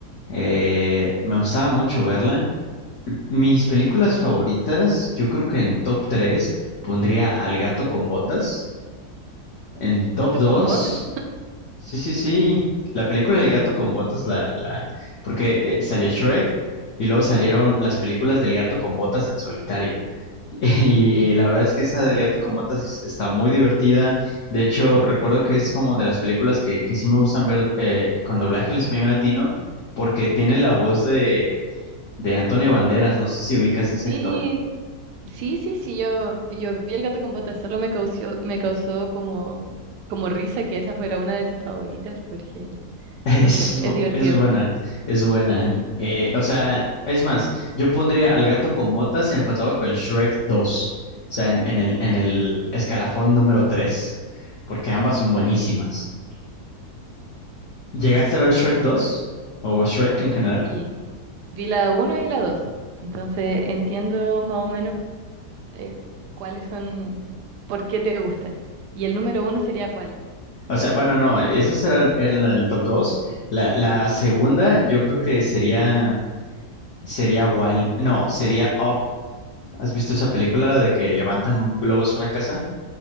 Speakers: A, on the left (about 55°); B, on the right (about 85°).
A: Eh, me gustaba mucho verla. Mis películas favoritas, yo creo que en top 3 pondría Al gato con botas.
B: Ujú.
A: En top
B: Gato
A: dos
B: con botas,
A: Sí, sí, sí. La película del gato con botas, la, la, porque eh, salió Shrek y luego salieron las películas del gato con botas en solitario. <laughs> Y
B: sí.
A: la verdad es que esa del gato con botas es- está muy divertida. De hecho, recuerdo que es como de las películas que, que sí me gustan ver eh, con doblaje al español latino, porque tiene la voz de, de Antonio Banderas. No sé si ubicas ese
B: Sí,
A: actor.
B: sí, sí, sí, yo, yo vi el gato con botas, solo me causó, me causó como, como risa que esa fuera una de tus favoritas, porque,
A: Es,
B: no sé, es
A: bu-
B: divertido.
A: es buena, es buena.
B: Ujú.
A: Eh, o sea, es más, yo pondría al gato con botas empatado con Shrek dos O sea, en, en el, en el
B: Mm.
A: escalafón número tres Porque ambas son buenísimas. ¿Llegaste a ver Shrek dos ¿O Shrek en general?
B: Y vi la uno y la dos Entonces entiendo más o menos eh, cuáles son, por qué te gustan. Y el número uno sería cuál.
A: O sea, bueno, no, esos eran, eran la- el top dos La, la
B: Ah,
A: segunda,
B: ya.
A: yo creo que sería, sería Wall, no, sería Up. ¿Has visto esa película de que levantan un globo a una casa?